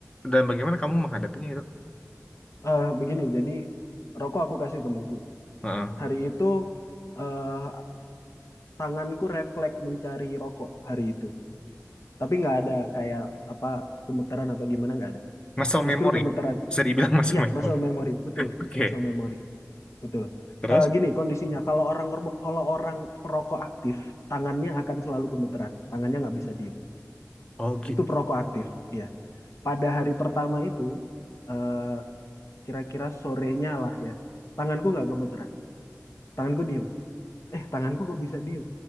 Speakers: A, on the left; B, on the left.
A: dan bagaimana kamu menghadapinya itu?
B: Eh begini, jadi rokok aku kasih temanku.
A: Heeh.
B: Hari itu eh tanganku refleks mencari rokok hari itu. Tapi nggak ada kayak apa gemeteran atau gimana nggak ada.
A: Muscle memory.
B: Justru gemeteran,
A: Bisa dibilang <laughs> muscle
B: ya
A: memory.
B: muscle memory, betul,
A: Oke.
B: muscle memory, betul.
A: Terus?
B: Eh gini kondisinya, kalau orang ngerbo- kalau orang perokok aktif, tangannya akan selalu gemeteran, tangannya nggak bisa diem.
A: Oh gitu.
B: Itu perokok aktif, ya. Pada hari pertama itu, eh kira-kira sorenya lah ya, tanganku nggak gemeteran, tanganku diem. Eh, tanganku kok bisa diem?